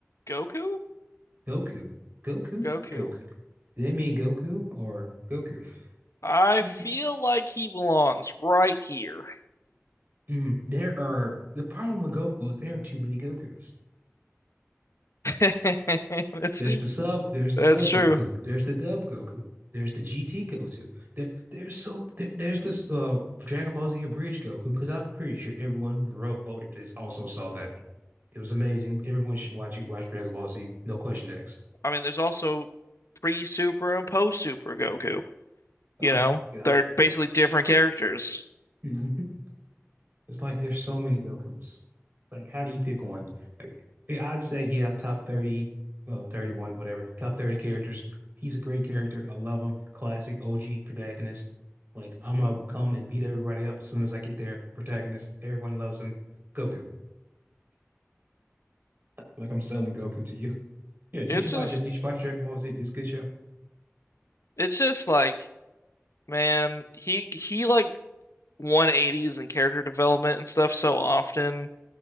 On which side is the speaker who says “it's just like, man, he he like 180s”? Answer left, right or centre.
Left